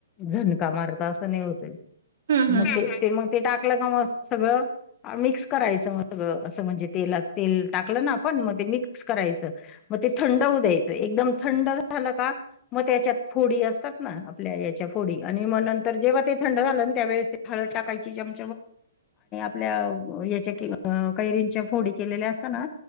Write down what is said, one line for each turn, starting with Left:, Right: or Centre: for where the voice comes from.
Left: झणका मारता असं नाही होत
Right: हम्म हम्म
Left: मग
Right: हम्म
Left: ते ते मग ते टाकलं का म सगळं मिक्स करायचं मग सगळं असं म्हणजे तेलात तेल टाकलं ना आपण मग ते मिक्स करायचं मग ते थंड होऊ द्यायचं एकदम थंड झालं का मग त्याच्यात फोडी असतात ना आपल्या याच्यात ोग नत र जेव्हा थंड झा त्या हळद टाकायचीम आपल्या याच्या कैरींच्या फोडी केलेल्या असताना